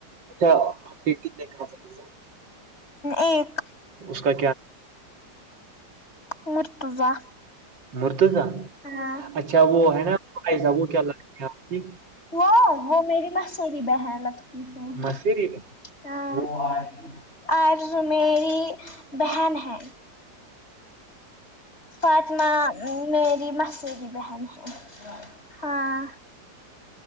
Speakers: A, on the right (about 85°); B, on the left (about 35°).
A: اچھا آپ کے کتنے کزنز ہیں
B: ایک
A: اس کا
B: مرتضی
A: مرد جان
B: ہاں
A: اچھا وہ ہے نا پرائز وہ کیا لگتی ہے آپ کی
B: وہ وہ میری مسری بہن لگتی ہے
A: مسری میں
B: ہ
A: وہ وہ-
B: اور میری بہن
A: اچھا
B: ہے فطمہ میری مسری بہن <unintelligible> ہاں